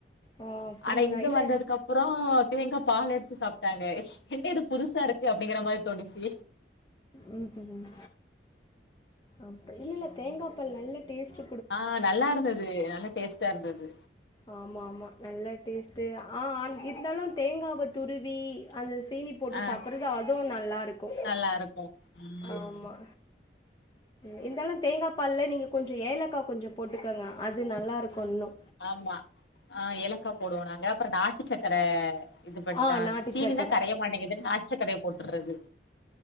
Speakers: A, on the left (about 25°); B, on the left (about 85°).
A: ஆ அப்டிங்களா
B: ஆனா இங்க
A: இல்ல
B: வந்ததுக்கு அப் அப்பற தேங்கா பால் எடுத்து சாப்ட்டாங்க என்ன இது புதுசா இருக்கு அப்படிங்கிற மாரி தோணிச்சு
A: ம் சொல்லுங்க அப்ப இல்லல்ல தேங்கா பால் நல்ல டேஸ்ட்
B: ஆ நல்லாருந்தது நல்லா டேஸ்டா இருந்தது
A: ஆமாமா நல்ல டேஸ்ட் ஆ இருந்தாலு தேங்காவ துருவி அந்த சீனி போட்டு
B: ஆ
A: சாப்ட்றது அதுவு நல்லாருக்கு
B: நல்லா இருக்கு ம்
A: ஆமா இருந்தாலு தேங்கா பால்ல நீங்க கொஞ்சோ ஏலக்காய் கொஞ்சோ போட்டுக்கோங்க அது நல்லாருக்கு இன்னு
B: ஆமா ஆ ஏலக்காபோடுவோ நாங்க அப்பற நா ச்சக்கர இது பண்ட்டுதா
A: ஆ நாட்டு
B: சீனினா
A: சக்கர
B: கரைய மாட்டேங்குதுன் நாட்டுச்சக்கரைய போட்டுறது